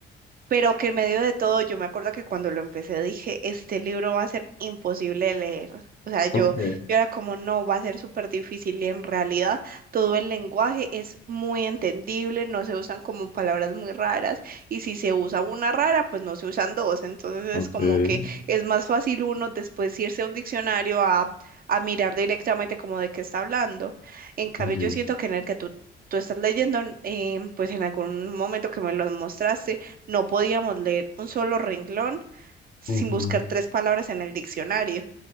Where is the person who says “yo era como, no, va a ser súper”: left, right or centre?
Right